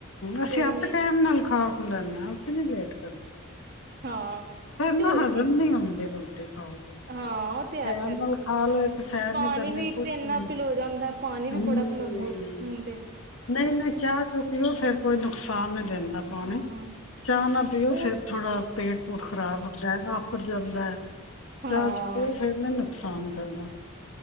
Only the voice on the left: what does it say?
ਅਸੀਂ
ਆਪੇ ਟੈਮ
ਨਾਲ ਖਾਓ ਨਾ-ਨਾ ਅਸੀ ਨਈ ਲੇਟ ਕਰ
ਪਰ ਨਾ
ਹਜ਼ਮ
ਨੀ ਹੁੰਦੇ ਰੋ ਟੈਮ
ਨਾਲ ਖਾ ਲੇ ਤੇ ਸੈਰ
ਨੀ ਕਰਨੀ,
ਕੁਛ
ਨਈ।
ਹਮ
ਨਹੀਂ ਨਹੀਂ ਚਾਹ ਚ ਪੀਓ ਫੇਰ ਕੋਈ ਨੁਕਸਾਨ ਨੀ ਦਿੰਦਾ ਪਾਣੀ
ਚਾਹ ਨਾ ਪੀਓ
ਫੇਰ ਥੋੜਾ ਪੇਟ ਪੂਟ ਖ਼ਰਾਬ ਹੁੰਦਾ ਹੈ ਉੱਠ ਜਾਂਦਾ ਹੈ।
ਚਾਰ ਛੁੱਟੀਆਂ ਏ ਫਿਰ ਮੈਨੂੰ। ਸਾਨ ਕਰਦਾ।